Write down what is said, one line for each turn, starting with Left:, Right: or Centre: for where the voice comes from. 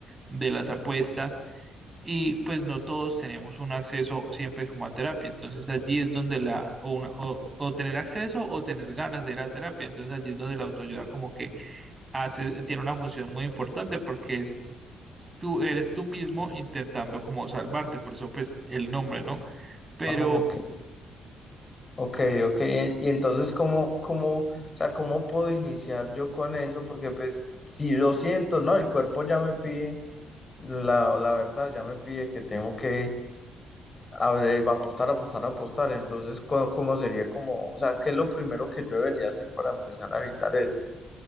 Right: de las apuestas y pues no todos tenemos un acceso siempre como a terapia. Entonces allí es donde la, o, una- o, o tener acceso o tener ganas de ir a terapia. Entonces allí es donde la autoayuda como que hace, tiene una función muy importante porque es tú, eres tú mismo intentando como salvarte, por eso pues el nombre, ¿no? Pero
Left: Ah, ok, ok, ok. Y, y entonces, ¿cómo, cómo, o sea, cómo puedo iniciar yo con eso? Porque pues, si lo siento, ¿no? El cuerpo ya me pide, la, la verdad, ya me pide que tengo que A ver, apostar, apostar, apostar. Entonces, ¿cómo, cómo sería como, o sea, qué es lo primero que yo debería hacer para empezar a evitar eso?